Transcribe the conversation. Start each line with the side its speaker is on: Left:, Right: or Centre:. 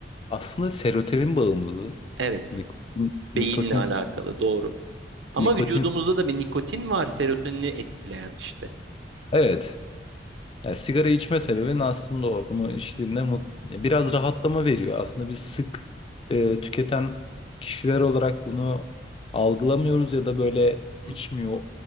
Left: aslında serotonin bağımlılığı.
Right: Evet,
Left: Nikotin, nikotin,
Right: beyinle alakalı doğru. Ama
Left: nikotin.
Right: vücudumuzda da bir nikotin var, serotonini etkileyen işte.
Left: Evet. Ya sigara içme sebebin aslında o. Bunu içtiğinde mut biraz rahatlama veriyor. Aslında biz sık e, tüketen kişiler olarak bunu algılamıyoruz ya da böyle
Right: Hı?
Left: içmiyor